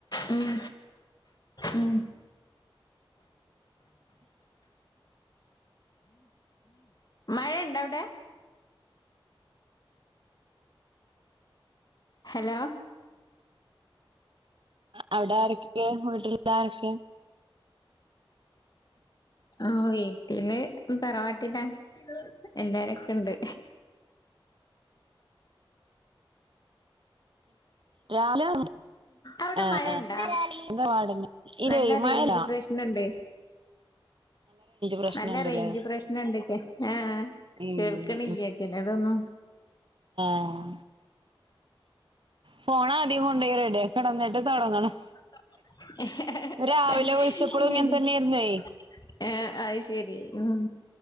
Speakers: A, on the left (about 50°); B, on the right (about 65°).
A: ഉം ഉം മഴ ഉണ്ടാ അവിടെ ഹലോ
B: അവിടെ ആർക്കെ വീട്ടിലുള്ളവർ ആരൊക്കെ
A: ആ വീട്ടില് തറവാട്ടിലാ എല്ലാരൊക്കെ ഇണ്ട്
B: രാവിലെ
A: അവിടെ
B: ആഹ്
A: മഴണ്ടാ
B: ആഹ് ഇതോ <unintelligible> ഇത
A: നല്ല
B: മഴലാ
A: റേഞ്ച്
B: <unintelligible>
A: പ്രശ്നണ്ട്
B: പ്രശ്നംണ്ട്ല്ലേ
A: നല്ല റേഞ്ച്‌ പ്രശ്നം ഇണ്ട്ചെ ആഹ്
B: ഉം
A: കേൾക്കണില്ലേ ചിലതൊന്നും
B: അഹ് ഫോൺ ആദ്യം കൊണ്ടോയി റെഡിയാകണം ന്നിട്ട് തുടങ്ങണം
A: <unintelligible>
B: രാവിലെ വിളിച്ചപ്പോഴും ഇങ്ങനെ തന്നെയായിരുന്നേ
A: എ അയ് ശരി ഉം